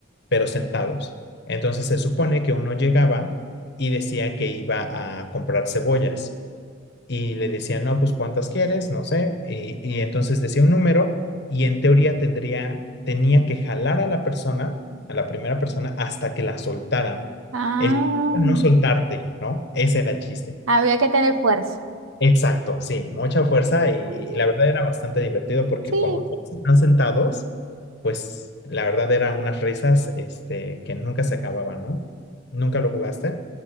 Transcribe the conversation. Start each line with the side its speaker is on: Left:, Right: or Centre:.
Left: pero sentados. Entonces se supone que uno llegaba y decía que iba a comprar cebollas y le decía, no, pues cuántas quieres, no sé, y, y entonces decía un número y en teoría tendría, tenía que jalar a la persona, a la primera persona, hasta que la soltaran.
Right: Ah,
Left: El chiste era no soltarte, ¿no? Ese era el chiste.
Right: había que tener fuerza.
Left: Exacto, sí, mucha fuerza y,
Right: Mm,
Left: y la verdad era bastante divertido porque
Right: Sí.
Left: como todos están sentados, pues la verdad eran unas risas este, que nunca se acababan, ¿no? ¿Nunca lo jugaste?